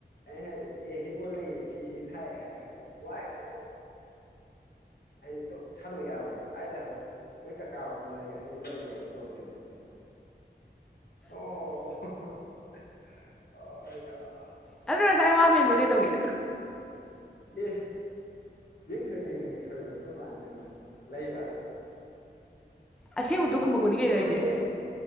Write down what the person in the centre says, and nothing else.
ꯑꯗꯨ ꯉꯁꯥꯏ ꯋꯥ ꯃꯦꯟꯕ ꯀꯩꯗꯧꯒꯦ
ꯑꯁꯦꯡꯕꯗꯣ ꯈꯨꯝꯃꯛꯄꯅꯤ ꯀꯩꯅꯣ
ꯍꯥꯏꯗꯤ